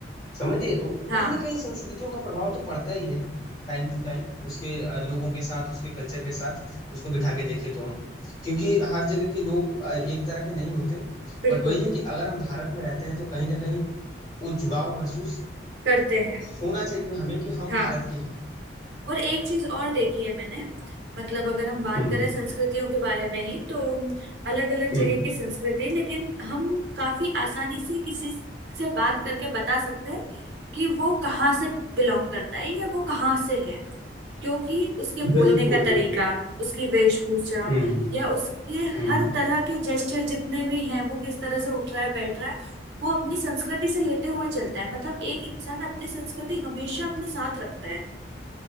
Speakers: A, on the left; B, on the right.
A: समझिए तो
B: हाँ
A: कहीं ना कहीं संस्कृतियों का प्रभाव तो पड़ता ही है टाइम टू टाइम उसके अ, लोगों के साथ उसके कल्चर के साथ उसको बिठा के देखें तो हम क्योंकि हर जगह के लोग अ, एक तरह के नहीं होते
B: बिल्कुल
A: बट वही है कि अगर हम भारत में रहते हैं तो कहीं ना कहीं वो जुड़ाव महसूस
B: करते हैं
A: होना चाहिए हमें कि हम
B: हाँ
A: भारत के हैं
B: और एक चीज और देखी है मैंने मतलब अगर हम बात
A: हम्म
B: करें संस्कृतियों के बारे में ही तो अलग अलग
A: हम्म
B: जगह की संस्कृति लेकिन हम काफी आसानी से किसी से बात करके बता सकते हैं कि वो कहाँ से बिलोंग करता है या वो कहाँ से है क्योंकि उसके बोलने
A: बिल्कुल
B: का
A: बिल्कुल
B: तरीका उसकी वेशभूषा
A: हम्म
B: या उसके
A: हम्म
B: हर तरह के जेस्चर जितने भी हैं वो किस तरह से उठ रहा है बैठ रहा है वो अपनी संस्कृति से लेते हुए चलता है मतलब एक इंसान अपनी संस्कृति हमेशा अपने साथ रखता है